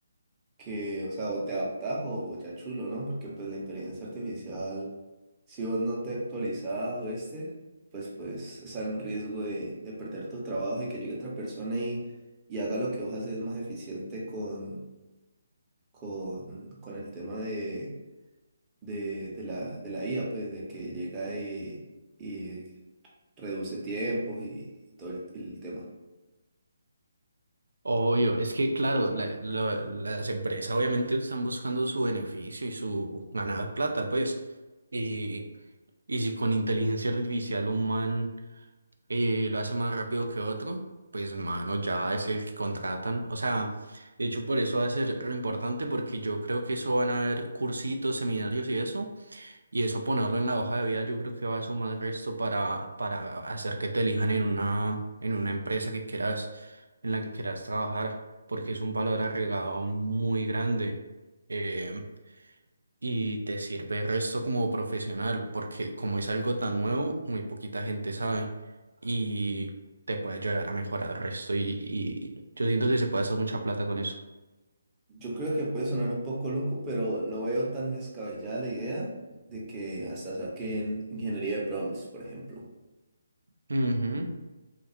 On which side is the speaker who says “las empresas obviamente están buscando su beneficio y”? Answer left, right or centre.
Right